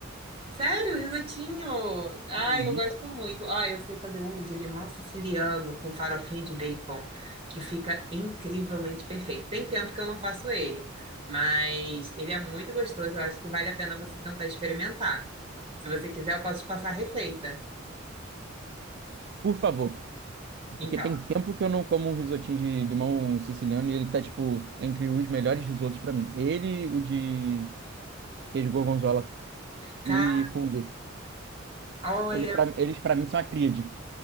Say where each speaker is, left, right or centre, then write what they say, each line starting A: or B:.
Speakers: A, on the right; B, on the right.
A: Sério, risotinho? Ai,
B: Uhum.
A: eu gosto muito. Ah, eu sei fazer um de limão siciliano com farofinha de bacon, que fica incrivelmente perfeito. Tem tempo que eu não faço ele, mas ele é muito gostoso. Eu acho que vale a pena você tentar experimentar. Se você quiser, eu posso te passar a receita.
B: Por favor,
A: Então,
B: porque tem tempo que eu não como um risotinho de limão siciliano e ele tá, tipo, entre os melhores risotos pra mim. Ele, o de queijo gorgonzola
A: caraca,
B: e fungo.
A: olha,
B: Ele, pra, eles, pra mim, são a tríade.